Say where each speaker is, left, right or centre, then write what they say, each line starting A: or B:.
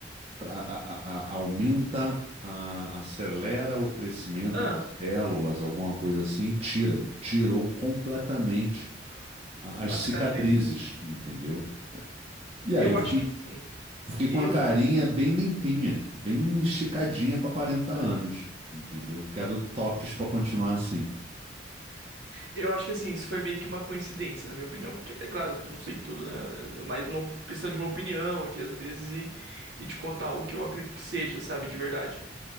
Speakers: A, on the right; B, on the right.
A: tra- a- a- a- aumenta, a- acelera o crescimento
B: Ah,
A: de células, alguma coisa assim, e tira. Tirou completamente a- as
B: a
A: cicatrizes,
B: cicatriz.
A: entendeu? E
B: Eu
A: aí eu
B: acho
A: fiquei
B: que assim,
A: Fiquei
B: eu,
A: com uma carinha bem limpinha, bem esticadinha para quarenta anos,
B: Aham.
A: entendeu? Quero toques para continuar assim.
B: Eu acho que assim, isso foi meio que uma coincidência, na minha opinião. Porque, é claro, eu não sei tudo, né? É mais uma op- questão de uma opinião aqui, às vezes, e, e te contar o que eu acredito que seja, sabe, de verdade.